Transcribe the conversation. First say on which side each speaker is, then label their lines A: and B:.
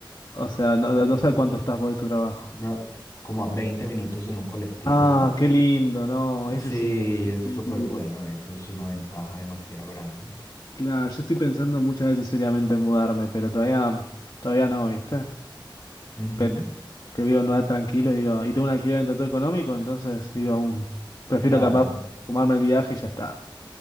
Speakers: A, on the left (about 50°); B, on the left (about 30°).
A: O sea, no, no sabes cuánto estás vos de tu trabajo.
B: No, como a 20 minutos en un colectivo.
A: Ah,
B: <laughs>
A: qué lindo, no, eso
B: Sí,
A: es inc- increíble.
B: es súper bueno eso, es una ventaja demasiado grande.
A: Claro, yo estoy pensando muchas veces seriamente en mudarme, pero todavía, todavía no, ¿viste?
B: Ujú,
A: Pero que vivo en un lugar tranquilo, digo, y tengo un alquiler en todo económico, entonces digo, aún prefiero
B: Claro,
A: capaz fumarme el viaje y ya está.